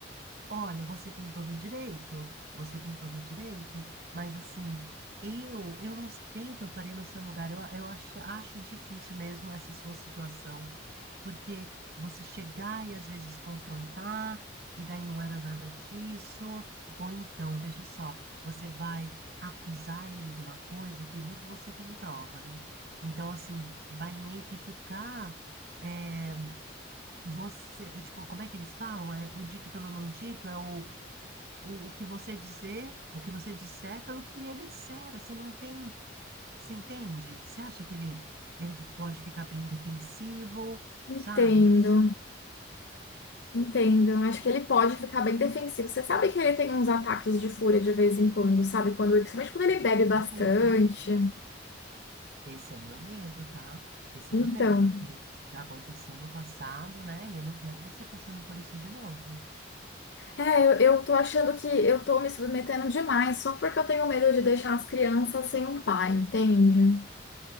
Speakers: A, on the right; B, on the left.
A: Olha, você tem todo o direito, você tem todo o direito, mas assim, eu eu não sei o que eu faria no seu lugar. Eu, eu acho, acho difícil mesmo essa sua situação, porque você chegar e às vezes confrontar, e daí não era nada disso, ou então, veja só, você vai acusar ele de uma coisa que nem você tem prova, né? Então, assim, vai meio que ficar. eh, você, tipo, como é que eles falam? É, o dito pelo não dito é o o, o que você dizer, o que você disser pelo que ele disser, assim, não tem, você entende? Você acha que ele, ele pode ficar bem defensivo,
B: Entendo.
A: sabe? Não sei,
B: Entendo. Acho que ele pode ficar bem defensivo. Você sabe que ele tem uns ataques de fúria de vez em quando, sabe? Quando, principalmente quando ele bebe
A: esse é
B: bastante.
A: meu medo. Esse é meu medo, tá? Esse
B: Então,
A: é meu medo, porque já aconteceu no passado, né? E eu não quero você passando por isso de novo.
B: é, eu, eu tô achando que eu tô me submetendo demais só porque eu tenho medo de deixar as crianças sem um pai, entende?